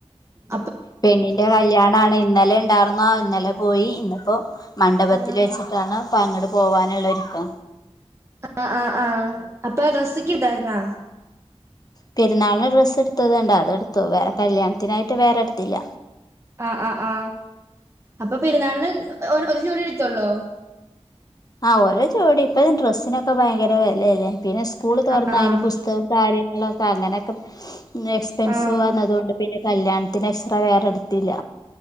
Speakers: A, on the right (about 25°); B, on the left (about 35°).
A: അപ്പ
B: പെണ്ണിന്റെ കല്യാണാണ് ഇന്ന് ഇന്നലെ ണ്ടാർന്നാ ആ ഇന്നലെ പോയി ഇന്നിപ്പോ മണ്ഡപത്തിൽ
A: ആഹ്
B: വെച്ചിട്ടാണ് പ്പ അങ്ങട് പോവാനുള്ളൊരുക്കാ
A: ങാ ങാ ങാ അപ്പൊ രസിക്ക് ഇതായിരുന്നാ
B: പെരുനാളിന് ഡ്രസ് എടുത്തതൊണ്ട് അതെടു വേറെ കല്യാണത്തിനായിട്ട് വേറെടുത്തില്ല
A: ങാ ങാ ങാ അപ്പൊ പെരുന്നാളിന് ഒരു ജോടി എടുത്തോള്ളോ
B: ആ ഓരോ ജോടി ഇപ്പഴും ഡ്രസിനൊക്കെ ഒക്കെ ഭയങ്കര വെലേല്ലേ പിന്നെ സ്കൂള് തൊറന്നാ
A: ആഹ് ആഹ്
B: അതിൻറെ പുസ്തകോം കാര്യം ന്താപ്പങ്ങനക്ക നന്നെ എക്സ്പെൻസീവ്വാന്നതുകൊണ്ട്
A: ആഹ്
B: പിന്നെ കല്യാണ പത്തിന് എക്സറേ വേറെ എടുത്തില്ല